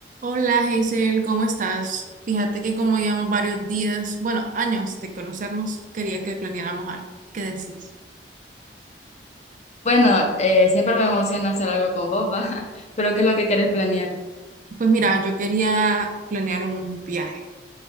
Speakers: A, on the right; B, on the left.
A: Hola, Hazel, ¿cómo estás? Fíjate que como llevamos varios días, bueno, años de conocernos, quería que planeáramos algo. ¿Qué decís?
B: Bueno, eh, siempre me emociona hacer algo con vos, ¿va? <laughs> Pero ¿qué es lo que querés planear?
A: Pues mira, yo quería planear un viaje,